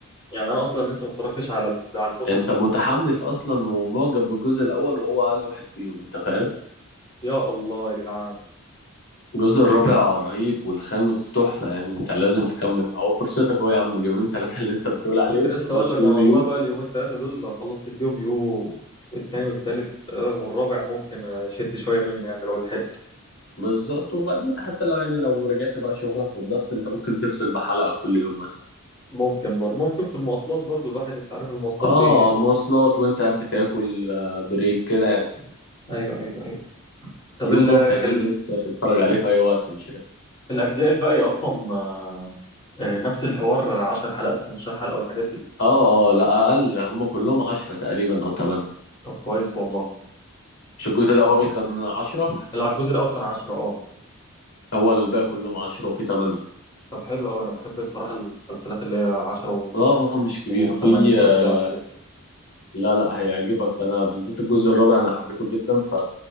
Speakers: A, on the left; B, on the left.
A: يعني انا اصلا لسه ما اتفرجتش على ال- على المتعة
B: انت متحمس اصلا ومعجب بالجزء الاول وهو اقل واحد فيهم انت فاهم
A: يا الله يا جدعان
B: الجزء الرابع رهيب والخامس تحفة يعني انت لازم تكمل اهو فرصتك اهو يا عم اليومين ثلاثة اللي انت بتقول عليهم
A: كنت لسه
B: خلص
A: اقول لك
B: فيهم
A: انا والله
B: يوم
A: بقى اليومين ثلاثه دول خلصت فيهم يو التاني والتالت آه، والرابع ممكن اشد شويه منه يعني لو لحقت
B: بالظبط وبعدين انت حتى لو يعني لو رجعت بقى شغلك والضغط انت ممكن تفصل بحلقة كل يوم مثلا
A: ممكن برضه ممكن في المواصلات برضه الواحد انت عارف المواصلات
B: اه
A: دي
B: مواصلات وانت قاعد بتاكل آه، بريك كده يعني
A: ايوه ايوه ايوه طب
B: يوم
A: ال...
B: ممتع يعني
A: ال...
B: ان انت تتفرج
A: الأج-
B: عليه في اي وقت مش رخم
A: الاجزاء الباقيه اصلا آه، آه، نفس الحوار 10 حلقات 15 حلقه والحاجات دي
B: اه اه لا اقل هم كلهم عشرة تقريبا او تمانية
A: طب كويس والله
B: مش الجزء الاول كان عشرة
A: الع- الجزء الاول كان 10 اه
B: هو الباقي كلهم عشرة وفي تمانية
A: طب حلو قوي انا بحب الصراحه المسلسلات اللي هي 10
B: لا آه، مش كبير
A: و8
B: في آه،
A: اجزاء والحاجات دي
B: لا لا هيعجبك أنا بالذات الجزء الرابع أنا حبيته جدا ف